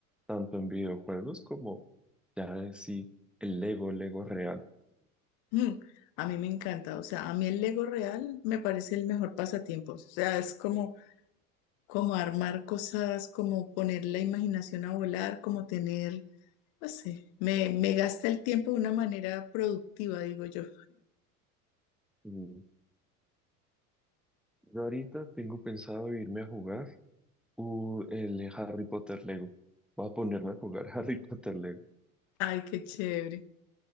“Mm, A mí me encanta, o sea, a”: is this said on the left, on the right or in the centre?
Left